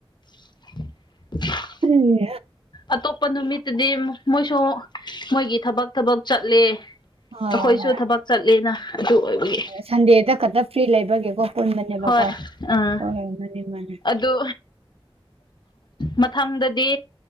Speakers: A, on the left; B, on the right.
A: <inaudible>
B: ꯎ
A: ꯑꯇꯣꯞꯄ ꯅꯨꯃꯤꯠꯇꯨꯗꯤ ꯃꯣꯏꯁꯨ ꯃꯣꯏꯒꯤ ꯊꯕꯛ ꯊꯕꯛ ꯆꯠꯂꯦ ꯑꯩꯈꯣꯏꯁꯨ
B: ꯍꯣꯏ
A: ꯊꯕꯛ ꯆꯠꯂꯦꯅ ꯑꯗꯨ ꯑꯣꯏꯕꯒꯤ
B: ꯁꯟꯗꯦꯗ ꯈꯛꯇ ꯐ꯭ꯔꯤ ꯂꯩꯕꯒꯦꯀꯣ ꯄꯨꯟꯕꯅꯦꯕꯀꯣ
A: ꯍꯣꯏ ꯑꯥ
B: ꯍꯣꯏ ꯍꯣꯏ ꯃꯥꯅꯤ ꯃꯥꯅꯤ
A: ꯑꯗꯨ ꯃꯊꯪꯗꯗꯤ